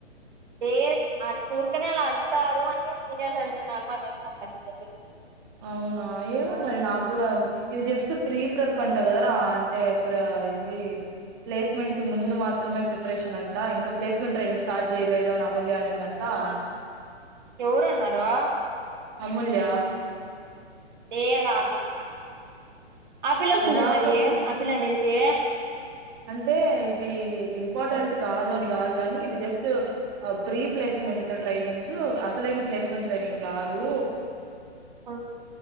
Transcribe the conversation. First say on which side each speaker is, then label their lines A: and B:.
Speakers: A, on the right; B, on the right.
A: ఏ ఆ టూర్కనే అలా అంటారు అనేసి సీనియర్స్ అంటున్నారు మరె <unintelligible>
B: అవునా ఏమో మరి నాగూడా ఇది జస్ట్ ప్రీ ప్రెప్ అంట కదరా అంటే ప్ర అయింది ప్లేస్మెంట్ కి ముందు మాత్రమే ప్రిపరేషన్ అంట ఇంకా ప్లేస్మెంట్ ట్రైనింగ్ స్టార్ట్ చేయలేదు అని అమూల్య అనింది అంట ఆ
A: ఎవరు అన్నారో
B: అమూల్యా
A: ఏద ఆపిల్ ఆపిల్ వస్తుంది
B: అది ఆఫర్
A: మరి
B: సార్
A: ఆపిల్ అనేసి
B: అంటే ఇది ఇంపార్టెంట్
A: ఆ,
B: కాదు అని కాదు కాని ఇది జస్ట్ ప్రీ ప్లేస్మెంట్
A: ఆ,
B: ట్రైనింగ్ అసలైన ప్లేస్మెంట్ ట్రైనింగ్ కాదు
A: ఆ